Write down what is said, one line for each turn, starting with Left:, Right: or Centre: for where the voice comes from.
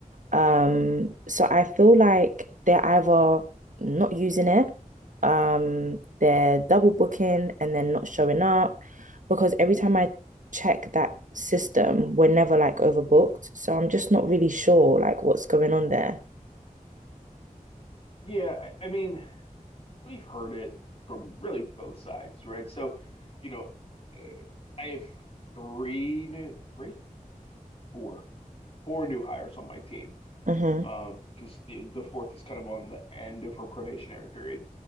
Right: Um, so I feel like they're either not using it, um, they're double booking and then not showing up. Because every time I check that system, we're never like overbooked. So I'm just not really sure like what's going on there.
Left: Yeah, I, I mean, we've heard it from really both sides, right? So, you know, uh, I have three new, three, four, four new hires on my team.
Right: Mm-hmm.
Left: Um, because the, the fourth is kind of on the end of her probationary period.